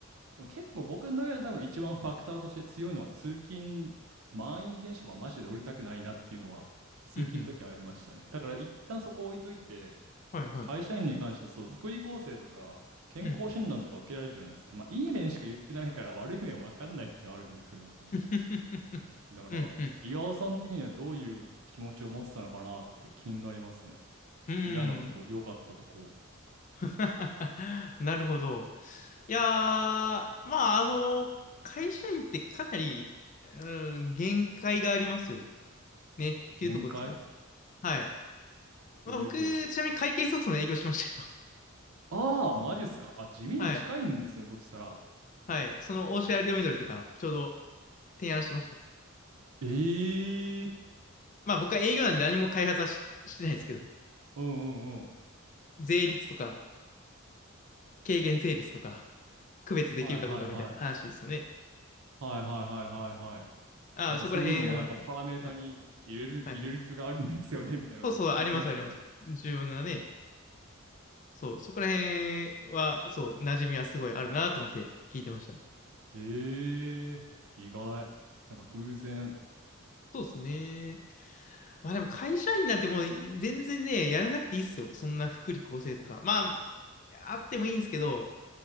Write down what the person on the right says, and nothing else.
でも結構僕の中で多分一番ファクターとして強いのは通勤、満員電車はマジで乗りたくないなっていうのは通勤の時はありましたね。
だから一旦そこ置いといて、
まあ、会社員に関してそう、福利厚生とか健康診断とか受けられるじゃないですか。
まあいい面しか言ってないから悪い面は分かんないってのはあるんですけども。
だから岩尾さん的にはどういう気持ちを持ってたのかなって気になりますね。
嫌なとこ、良かったとこ、
限界
というと、
ああ、マジっすか。あ、地味に近いんですね、
そしたら。
ええ
うんうんうん。
はいはいはい。はいはいはいはいはい。
なんかそういうのもなんかパラメータに入れる、
入れる必要があるんですよね、
みたいなことも聞いてましたよ。
ええ意外。なんか偶然。